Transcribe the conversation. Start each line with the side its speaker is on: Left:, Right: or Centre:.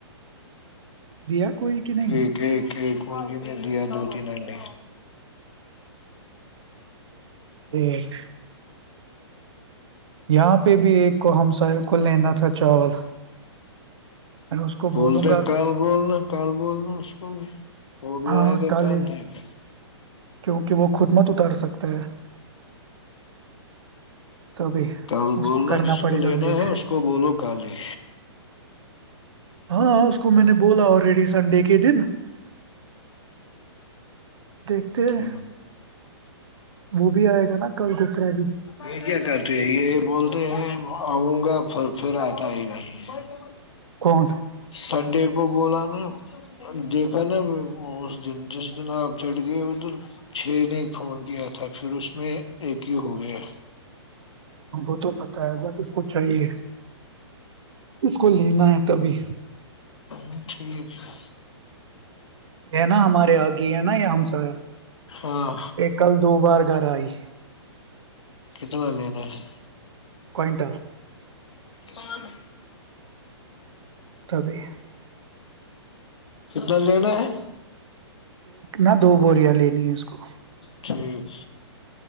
Right: دیا کوئی کہ نہیں
Left: ایک ایک ایک مرگی نے دیا دو تین انڈے
Right: ہٹ یہاں پہ بھی ایک کو ہمساوں کو لینا تھا چاول میں اس کو
Left: بول
Right: بولوں
Left: د
Right: گا
Left: کال بولنا کال بولنا اسکو ہے وہ بھی
Right: ہاں
Left: آئے گے
Right: کل
Left: کام دیں گے
Right: کیونکہ وہ خود مت اتار سکتے ہے تبھی
Left: کل
Right: اس
Left: بولنا
Right: کو کرنا
Left: جس
Right: پڑے
Left: کو
Right: گا
Left: لینا
Right: ویٹ
Left: ہے اس کو بولو کل ہی
Right: ہاں ہاں اس کو میں نے بولا اور ریڈی سے سنڈے کے دن دیکھتے
Left: ٹھ
Right: ہیں وہ بھی آئے گا نا کل دوسرا بھی
Left: یہ کیا کرتے ہیں یہ بولتے ہیں آؤں گا پھر پھر آتا ہی نہیں ہے
Right: کون
Left: سنڈے کو بولا نا دیکھا نا اس دن جس دن آپ چڑھ گئے ادھر چھ نے فون کیا تھا پھر اس میں ایک کی ہو گیا
Right: وہ تو پت ہے بٹ اس کو چاہیے اس کو لینا ہے تبھی
Left: ہ ٹھیک ہے
Right: ہے نا ہمارے گ ہے نا م سا
Left: ہاں
Right: کل دو بار ڈر آئی
Left: کتنا لینینا ہے
Right: کوئنٹل
Left: بد
Right: تبھی
Left: کتنا لینا ہے
Right: نا دو بوریاں لینی ہے اس کو
Left: ٹھیک